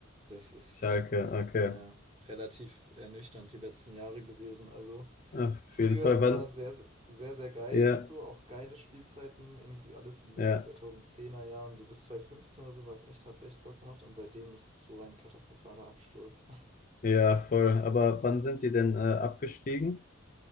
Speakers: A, on the right; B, on the left.
A: Das ist
B: Schalke, okay.
A: ja relativ ernüchternd die letzten Jahre gewesen. Also
B: Auf
A: früher
B: jeden Fall,
A: immer
B: wann's,
A: sehr, sehr, sehr geil.
B: ja,
A: So auch geile Spielzeiten. Irgendwie alles in den
B: ja,
A: 2010er Jahren, so bis 2015 oder so war es echt, hat es echt Bock gemacht. Und seitdem ist es so ein katastrophaler Absturz.
B: ja, voll. Aber wann sind die denn äh, abgestiegen?